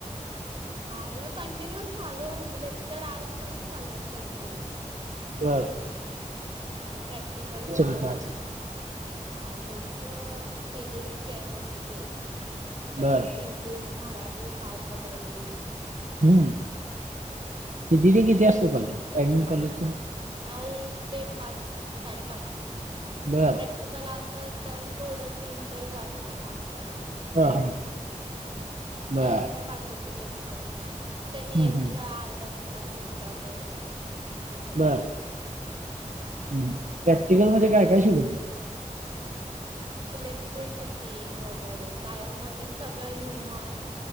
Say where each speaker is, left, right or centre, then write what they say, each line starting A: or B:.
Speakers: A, on the right; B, on the right.
A: <inaudible> झालं कंटिन्यू चालू लेक्चर आजपासून चालू झालं कंटिन्यू.
B: बरं
A: प्रॅक्टिकल वगैरे
B: होतं आज
A: आज होत फिजिक्स, केमिस्ट्री परत
B: बर
A: इंग्लिश, मराठी, सायकॉलॉजी
B: हम्म कीती ते किती असतय कॉलेज टाईमिंग कॉलेजचे
A: नऊ ते पाच साडेपाच
B: बरं
A: तिकाल असल तर थोडं तीन तरी वाजतात असता
B: हा हा
A: मग
B: बर
A: त्यानंतर बाकीचे लेक्चर त्यांनी
B: हम्म
A: एक्स्ट्रा
B: हम्म
A: अर्धा एक तास घेतला तर त्याच्यावर
B: बर हम्म प्रॅक्टिकल मध्ये काय काय शिकवेतत
A: <inaudible> इलेक्ट्रिसिटी वगैरे बायोमध्ये सगळं ह्युमन